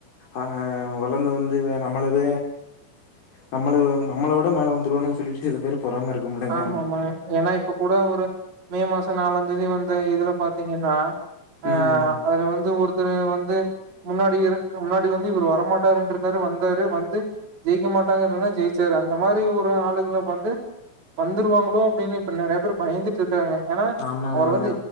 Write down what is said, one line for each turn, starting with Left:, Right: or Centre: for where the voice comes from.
Left: ஆ வளர்ந்து வந்து நம்மளத நம்மள நம்மள விட மேல வந்துருவோன்னு சொல்லிட்டு சில பேர் பொறாம இருக்கும்லங்க.
Right: ஆமா ஆமா ஏனா இப்ப கூட ஒரு மே மாசம் நாளாந் தேதி வந்து இதுல பாத்தீங்கன்னா ஆ
Left: ம்
Right: அதுல வந்து ஒரு வந்து முன்னாடி முன்னாடி வந்து இவரு வரமாட்டாருன் இருந்தாரு வந்தாரு வந்து ஜெயிக்க மாட்டாங்க இருந்தா ஜெயிச்சாரு அந்த மாரி ஒரு ஆளுக வந்து வந்துருவாங்ளோ அப்டின்னு இப்ப நெறைய பேர் பயந்துட்டு இருக் க்காங்க ஏனா
Left: ஆமா ஆமாங்க.
Right: அவர் வந்து